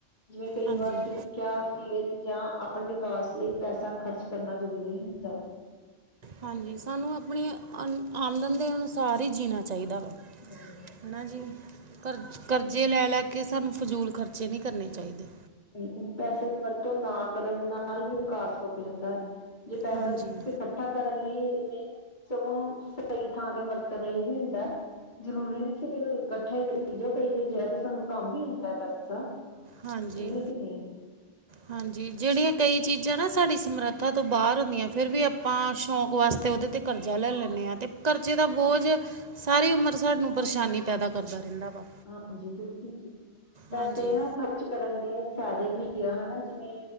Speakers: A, on the left; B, on the right.
A: ਜਿਵੇਂ ਕਈ
B: ਹਾਂਜੀ
A: ਵਾਰ ਸਿੱਖਿਆ, ਸੇਤ ਜਾਂ ਆਪਣੇ ਵਿਕਾਸ ਲਈ ਪੈਸਾ ਖਰਚ ਕਰਨਾ ਜ਼ਰੂਰੀ ਹੁੰਦਾ।
B: ਹਾਂਜੀ ਸਾਨੂੰ ਆਪਣੀ ਅ ਆਮਦਨ ਦੇ ਅਨੁਸਾਰ ਈ ਜੀਣਾ ਚਾਹੀਦਾ ਵਾ।
A: <unintelligible>
B: ਹੈਨਾ ਜੀ ਕਰਜ਼ ਕਰਜ਼ੇ ਲੈ-ਲੈ ਕੇ ਸਾਨੂੰ ਫਜ਼ੂਲ ਖਰਚੇ ਨੀ ਕਰਨੇ ਚਾਈਦੇ।
A: ਬਿਲਕੁੱਲ ਪੈਸੇ ਦੀ ਵਰਤੋਂ ਨਾ ਕਰਨ ਨਾਲ ਵੀ ਵਿਕਾਸ ਰੁਕ ਜਾਂਦਾ ਐ। ਜੇ ਪੈਸਾ
B: ਹਾਂਜੀ
A: ਸਿਰਫ ਇਕੱਠ ਇਕੱਠਾ ਕਰਨ ਲਈ ਨਈ ਸਗੋਂ ਸਈ ਥਾਂ ਤੇ ਵਰਤਣ ਲਈ ਵੀ ਹੁੰਦਾ। ਜ਼ਰੂਰੀ ਨਈ ਇਸਨੂੰ ਇਕੱਠਾ ਈ ਕਰੀ ਜਾਓ, ਕਈ-ਕਈ ਜਗ੍ਹਾ ਤੇ ਸਾਨੂੰ ਕੰਮ ਵੀ ਹੁੰਦਾ ਪੈਸਾ।
B: ਹਾਂਜੀ।
A: ਇਹ ਨੀ ਕਿ ਨਹੀਂ।
B: ਹਾਂਜੀ ਜੇੜੀਆਂ ਕਈ ਚੀਜ਼ਾਂ ਨਾ ਸਾਡੀ ਸਮਰੱਥਾ ਤੋਂ ਬਾਹਰ ਹੁੰਦੀਆਂ ਫਿਰ ਵੀ ਆਪਾਂ ਸ਼ੌਕ ਵਾਸਤੇ - ਤੇ ਓਦੇ ਤੇ ਕਰਜ਼ਾ ਲੈ ਲੈਂਨੇ ਆਂ ਤੇ ਕਰਜ਼ੇ ਦਾ ਬੋਝ ਸਾਰੀ ਉਮਰ ਸਾਨੂੰ ਪਰੇਸ਼ਾਨੀ ਪੈਦਾ ਕਰਦਾ ਰੈਂਦਾ ਵਾ।
A: ਹਾਂਜੀ ਬਿਲਕੁੱਲ ਜੀ ਪੈਸੇ
B: ਹਾਂਜੀ
A: ਨਾ ਖਰਚ ਰਚ ਕਰਨ ਦੇ ਫੈਦੇ ਵੀ ਆ ਹੈਨਾ ਜਿਵੇਂ